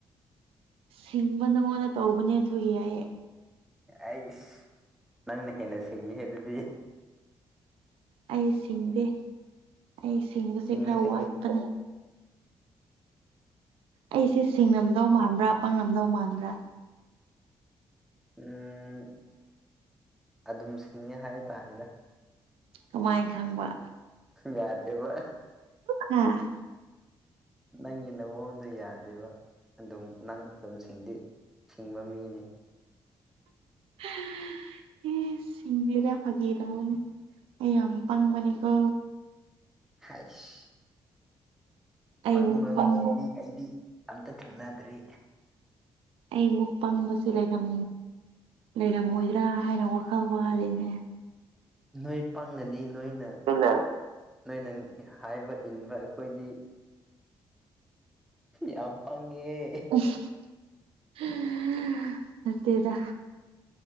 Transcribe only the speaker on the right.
ꯁꯤꯡꯕ ꯅꯪꯉꯣꯟꯗ ꯇꯧꯕꯅꯦ ꯑꯗꯨꯒꯤ ꯑꯩ
ꯑꯩ ꯁꯤꯡꯗꯦ ꯑꯩ ꯁꯤꯡꯕꯁꯦ
ꯈꯔ
ꯋꯥꯠꯄꯦ ꯑꯩꯁꯦ ꯁꯤꯡꯉꯝꯗꯧ ꯃꯥꯟꯕ꯭ꯔꯥ ꯄꯪ ꯅꯝꯗꯧ ꯃꯥꯟꯕ꯭ꯔꯥ
ꯀꯃꯥꯏ ꯈꯪꯕ
ꯎꯝ
ꯎꯝ ꯁꯤꯡꯖꯔ ꯐꯥꯒꯦꯔ ꯑꯩ ꯌꯥꯝ ꯄꯪꯕꯅꯤꯀꯣ
ꯑꯩꯃꯨꯛ
ꯄꯪ
ꯑꯩ ꯑꯃꯨꯛ ꯄꯪꯕꯁꯦ ꯂꯩꯔꯝ ꯂꯩꯔꯝꯃꯣꯏꯗ꯭ꯔꯥ ꯍꯥꯏꯅ ꯋꯥꯈꯜ ꯋꯥꯔꯤꯅꯦ
ꯏꯟꯅ
<unintelligible> ꯅꯠꯇꯦꯗ